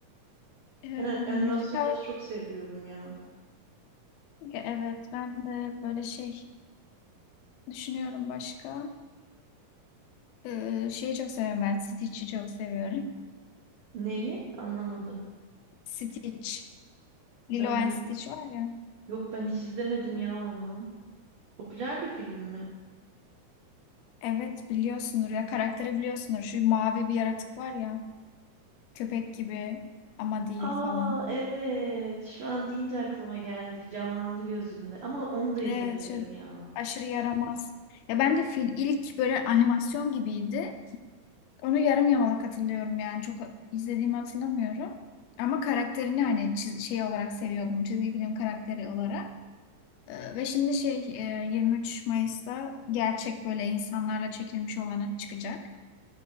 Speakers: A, on the left; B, on the right.
A: Ee,
B: Ben a- animasyonları
A: müzikal
B: çok seviyorum ya.
A: evet ben de böyle şey düşünüyorum başka. Ee, şeyi çok seviyorum ben. Stitch'i çok seviyorum.
B: Neyi? Anlamadım.
A: Stitch.
B: Ben
A: Lilo
B: onu
A: and Stitch var ya.
B: yok ben hiç izlemedim ya onu. Popüler bir film mi?
A: Evet biliyorsundur ya. Karakteri biliyorsundur. Şu mavi bir yaratık var ya. Köpek gibi ama değil
B: Aa
A: falan.
B: evet. Şu an deyince aklıma geldi. Canlandı gözümde. Ama onu da izlemedim
A: Evet şöyle
B: ya.
A: aşırı yaramaz. Ya ben de film ilk böyle animasyon gibiydi. Onu yarım yamalak hatırlıyorum yani. Çok izlediğimi hatırlamıyorum. Ama karakterini hani çiz- şey olarak seviyordum. Çizgi film karakteri olarak. Ee, Ve şimdi şey e, 23 Mayıs'ta gerçek böyle insanlarla çekilmiş olanı çıkacak.